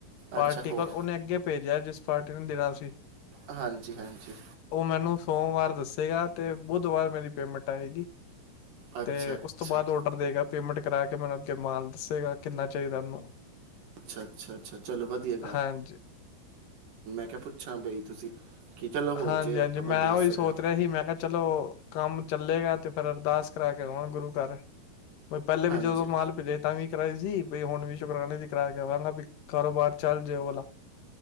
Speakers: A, on the left; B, on the right.
A: ਪਾਰਟੀ
B: ਅੱਛਾ ਹੋ
A: ਕੋਲ, ਔਨੇ ਅੱਗੇ ਭੇਜਿਆ ਜਿਸ ਪਾਰਟੀ ਨੇ ਦੇਣਾ ਸੀ।
B: ਹਾਂਜੀ ਹਾਂਜੀ
A: ਓਹ ਮੈਨੂੰ ਸੋਮਵਾਰ ਦੱਸੇਗਾ ਤੇ ਬੁੱਧਵਾਰ ਮੇਰੀ ਪੇਮੈਂਟ ਆਏਗੀ।
B: ਅੱਛਾ
A: ਤੇ
B: ਅੱਛਾ
A: ਉਸ ਤੋਂ ਬਾਦ ਔਡਰ ਦੇਗਾ। ਤੇ ਕਰਾ ਕੇ ਮੈਨੂੰ ਅੱਗੇ ਮਾਲ ਦੱਸੇਗਾ, ਕਿੰਨਾ ਚਾਈਦੈ ਉਨੂੰ,
B: ਅੱਛਾ ਅੱਛਾ ਅੱਛਾ ਚਲੋ ਵਧੀਆ
A: ਹਾਂਜੀ।
B: ਕਿ ਪੁੱਛਾਂ ਬਈ ਤੁਸੀਂ ਕੀ ਚਲੋ ਹੋ
A: ਹਾਂਜੀ
B: ਜਾਏਗਾ
A: ਹਾਂਜੀ
B: ਵਧੀਆ
A: ਮੈਂ ਓਹੀ
B: ਸਗੋਂ
A: ਸੋਚ ਰਿਹਾ ਸੀ, ਮੈਂ ਕੈ ਚਲੋ ਕੰਮ ਚੱਲੇਗਾ ਤੇ ਫੇਰ ਅਰਦਾਸ ਕਰਾ ਕੇ ਆਵਾਂ ਗੁਰੂ ਘਰ। ਮੈ ਪੈਲੇ ਵੀ
B: ਹਾਂਜੀ
A: ਜਦੋਂ ਮਾਲ ਭੇਜਿਆ ਸੀ ਤਾਂ ਵੀ ਕਰਾਈ ਸੀ, ਬਈ ਹੁਣ ਵੀ ਸ਼ੁਕਰਾਨੇ ਦੀ ਕਰਾ ਕੇ ਆਵਾਂਗਾ ਬਈ ਕਾਰੋਬਾਰ ਚੱਲ ਜੇ ਓਹ ਵਾਲਾ।